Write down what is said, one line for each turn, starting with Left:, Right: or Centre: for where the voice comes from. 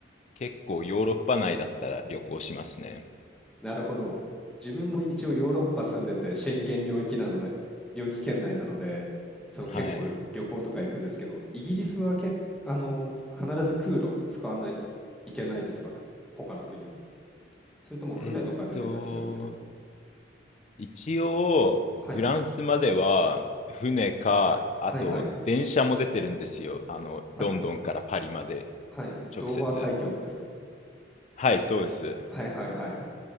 Left: 結構ヨーロッパ内だったら旅行しますね。
Centre: なるほど。自分も一応ヨーロッパ住んでてシェンゲン領域なので、領域圏内なので、その結構旅行とか行くんですけど、
Left: はい。
Centre: イギリスはけ、あの、必ず空路使わないといけないですかね。他の国に。それとも船とか出てたりするんですか
Left: えっと、一応、
Centre: はい。
Left: フランスまでは船か、あと電車も出てるんですよ。
Centre: はいはい。
Left: あの、
Centre: はい。
Left: ロンドンからパリまで
Centre: はい。ドーバー海峡のですか
Left: 直接。はい、そうです。
Centre: はいはいはい。